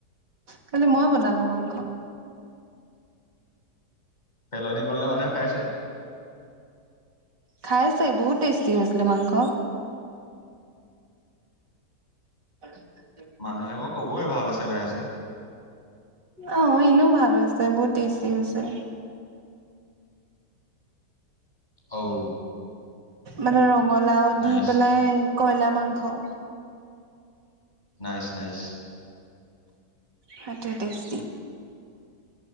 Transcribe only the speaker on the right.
কালি মই বনালো মাংস।
খাইছে বহুত টেষ্টি হৈছিলে মাংস। <inaudible>
আহ এনেও ভাল হৈছে বহুত টেষ্টি হৈছে।
মানে ৰঙালাও
দি পেলাই কয়লা মাংস।
সেটোৱে টেষ্টি।